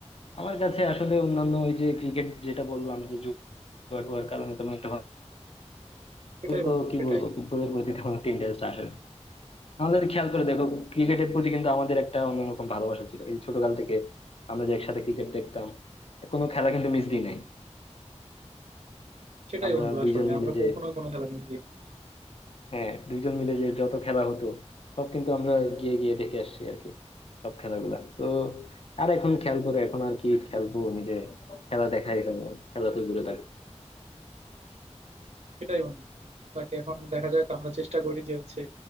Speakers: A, on the left (about 55°); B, on the right (about 75°).
A: আমার কাছে আসলে অন্যান্য ওই যে ক্রিকেট যেটা বললাম যে জুয়া টুয়ার কারণে তেমন একটা ভালো
B: সেটাই
A: তো
B: বন্ধু
A: কি
B: সেটাই
A: বলবো ফুটবলের প্রতি তেমন একটা ইন্টারেস্ট আসে না আমাদের খেয়াল করে দেখো ক্রিকেটের প্রতি কিন্তু আমাদের একটা অন্যরকম ভালোবাসা ছিল এই ছোটকাল থেকে আমরা যে একসাথে ক্রিকেট দেখতাম কোনো খেলা কিন্তু মিস দিই নাই
B: সেটাই
A: আমরা
B: বন্ধু
A: দুইজন
B: আসলে
A: মিলে
B: আমরা
A: যে
B: কখনো কোনো খেলা মিস দিই না।
A: হ্যাঁ দুইজন মিলে যে যত খেলা হতো সব কিন্তু আমরা গিয়ে গিয়ে দেখে আসছি আর কি সব খেলাগুলা তো আর এখন খেয়াল করে এখন আর কি খেলবো নিজে খেলা দেখাই হয় না খেলা তো দূরে থাকে
B: সেটাই বন্ধু বাকি এখন দেখা যাক আমরা চেষ্টা করি যে হচ্ছে